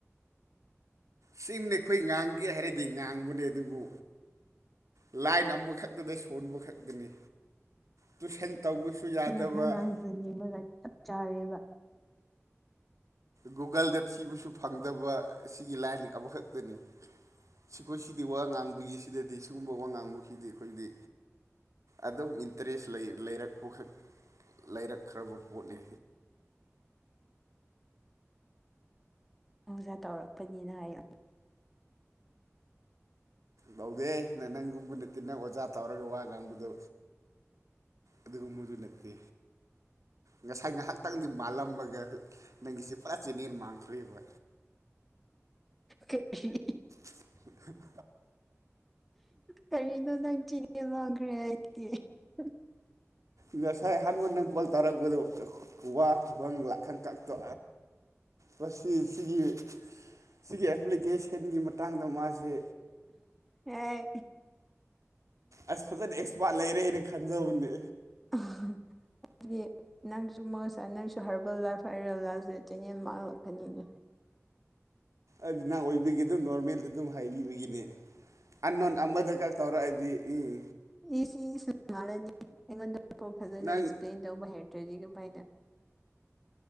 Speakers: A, on the right; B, in the centre.
A: ꯁꯤꯃꯦ ꯈꯣꯏ ꯉꯥꯡꯒꯦ ꯍꯥꯏꯔꯗꯤ ꯉꯥꯡꯕꯅꯦ ꯑꯗꯨꯕꯨ ꯂꯥꯏꯟ ꯑꯃꯈꯛꯇꯗ ꯁꯣꯟꯕ ꯈꯛꯇꯅꯦ ꯇꯨꯏꯁꯟ ꯇꯧꯕꯁꯨ ꯌꯥꯗꯕ
B: ꯅꯪꯅ ꯈꯔ ꯉꯥꯡꯖꯅꯤꯡꯕꯒ ꯆꯞ ꯆꯥꯔꯦꯕ
A: ꯒꯨꯒꯜꯗ ꯊꯤꯕꯁꯨ ꯐꯪꯗꯕ ꯑꯁꯤꯒꯤ ꯂꯥꯏꯟ ꯑꯃꯈꯛꯇꯅꯤ ꯁꯤꯈꯣꯏ ꯁꯤꯗꯤ ꯋꯥ ꯉꯥꯡꯕꯒꯤ ꯁꯤꯗꯗꯤ ꯁꯤꯒꯨꯝꯕ ꯋꯥ ꯉꯥꯡꯕꯈꯤꯗꯤ ꯑꯩꯈꯣꯏꯗꯤ ꯑꯗꯨꯝ ꯏꯟꯇꯔꯦꯁ ꯂꯩ ꯂꯩꯔꯛꯄꯈꯛ ꯂꯩꯔꯛꯈ꯭ꯔꯕ ꯄꯣꯠꯅꯦ
B: ꯑꯣꯖꯥ ꯇꯧꯔꯛꯄꯅꯤꯅ ꯍꯥꯏꯌꯣ
A: ꯇꯧꯗꯦ ꯅꯪ ꯅꯪꯒꯨꯝꯕ ꯅꯠꯇꯦ ꯅꯪ ꯑꯣꯖꯥ ꯇꯧꯔꯒ ꯋꯥ ꯉꯥꯡꯕꯗꯣ ꯑꯗꯨꯒꯨꯝꯕꯗꯨ ꯅꯠꯇꯦ ꯉꯁꯥꯏ ꯉꯥꯏꯍꯥꯛꯇꯪꯗꯤ ꯃꯥꯜꯂꯝꯃꯒ ꯅꯪꯒꯤꯁꯦ ꯄꯨꯔꯥ ꯆꯦꯟꯅꯦꯜ ꯃꯥꯡꯈ꯭ꯔꯦꯕ
B: <inaudible>
A: <unintelligible>
B: ꯀꯔꯤꯅꯣ ꯅꯪ ꯆꯦꯟꯅꯦꯜ ꯃꯥꯈ꯭ꯔꯦ ꯍꯥꯏꯗꯤ <unintelligible>
A: ꯉꯁꯥꯏ ꯑꯍꯥꯟꯕ ꯅꯪ ꯀꯣꯜ ꯇꯔꯛꯄꯗꯣ ꯋꯥ ꯈꯨꯍꯪ ꯂꯥꯛ ꯈꯥꯟ ꯀꯛꯇ
B: <inaudible>
A: ꯃꯁꯤ ꯁꯤꯒꯤ ꯁꯤꯒꯤ ꯑꯦꯄ꯭ꯂꯤꯀꯦꯁꯟꯒꯤ ꯃꯇꯥꯡꯗ ꯃꯥꯁꯦ
B: ꯑꯦ
A: ꯑꯁ ꯐꯥꯖꯅ ꯑꯦꯛꯁꯄꯥꯔꯠ ꯂꯩꯔꯦꯅ ꯈꯟꯖꯕꯅꯦ
B: ꯑꯥ ꯍꯥ ꯑꯩꯗꯤ ꯅꯪꯁꯨ ꯃꯁꯥꯏ ꯅꯪꯁꯨ ꯍꯔꯕꯦꯜ ꯂꯥꯏꯐ ꯍꯔꯕꯦꯜ ꯂꯥꯥꯏꯐꯁꯦ ꯆꯦꯅꯦꯜ ꯃꯥꯡꯂꯛꯀꯅꯤꯅꯦ
A: ꯑꯗꯨ ꯅꯪ ꯑꯣꯏꯕꯒꯤ ꯑꯗꯨꯝ ꯅꯣꯔꯃꯦꯜꯗ ꯑꯗꯨꯝ ꯍꯥꯏꯕꯤꯕꯒꯤꯅꯦ ꯑꯟꯅꯣꯟ ꯑꯃꯗꯒ ꯇꯧꯔꯛꯑꯗꯤ ꯎꯝ
B: ꯏꯁ ꯏꯁ ꯃꯥꯜꯂꯅꯤ ꯑꯩꯉꯣꯟꯗ ꯐꯥꯎ ꯐꯥꯖꯅ
A: ꯅꯪ
B: ꯑꯦꯛꯁꯄ꯭ꯂꯦꯟ ꯇꯧꯕ ꯍꯩꯔꯛꯇ꯭ꯔꯦꯗꯤ ꯀꯃꯥꯏꯅ